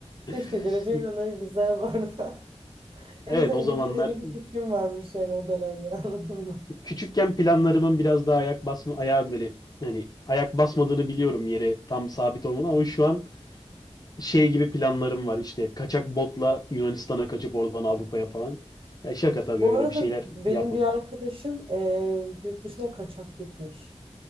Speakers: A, on the left; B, on the right.
A: <laughs>
B: İşte geleceğe planları güzel bu arada. <laughs> En
A: Evet
B: azından
A: o
B: ileriye
A: zamanlar
B: dönük bir fikrim varmış yani o dönemde <laughs> anladın mı?
A: küçükken planlarımın biraz daha ayak basma ayağa böyle hani ayak basmadığını biliyorum yere tam sabit olmadan ama şu an şey gibi planlarım var işte kaçak botla Yunanistan'a kaçıp oradan Avrupa'ya falan. Ya şaka tabii
B: Bu
A: öyle
B: arada
A: bir şeyler
B: benim
A: yapmam.
B: bir arkadaşım eee yurt dışına kaçak gitmiş.